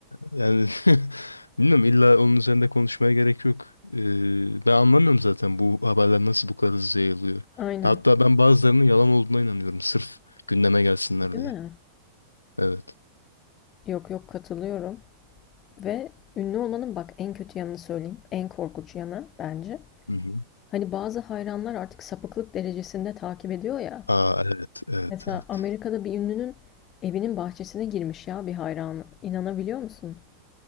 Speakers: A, on the left (about 80°); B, on the left (about 30°).
A: Yani <laughs> bilmiyorum illa onun üzerinde konuşmaya gerek yok. Ee, ben anlamıyorum zaten bu haberler nasıl bu kadar hızlı yayılıyor.
B: Aynen.
A: Hatta ben bazılarının yalan olduğuna inanıyorum. Sırf gündeme gelsinler
B: Değil
A: diye.
B: mi?
A: Evet.
B: Yok yok katılıyorum. Ve ünlü olmanın bak en kötü yanını söyleyeyim. En korkunç yanı bence.
A: Hı hı.
B: Hani bazı hayranlar artık sapıklık derecesinde takip ediyor ya.
A: Aa evet evet
B: Mesela
A: evet.
B: Amerika'da bir ünlünün evinin bahçesine girmiş ya bir hayranı. İnanabiliyor musun?